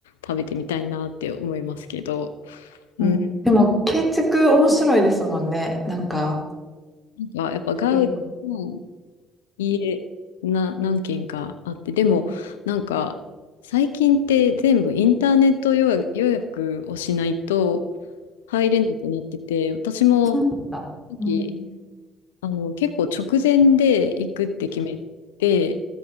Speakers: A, on the left (about 85°); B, in the centre.
A: 食べてみたいなって思いますけど、うん、
B: うん。でも、建築面白いですもんね。なんか、
A: なんかやっぱガウディの
B: ええ
A: 家な何軒かあって、でもなんか最近って全部インターネット予約、予約をしないと入れなくなってて、私もさ
B: そうなんだ。
A: っき
B: うん。
A: あの結構直前で行くって決めて、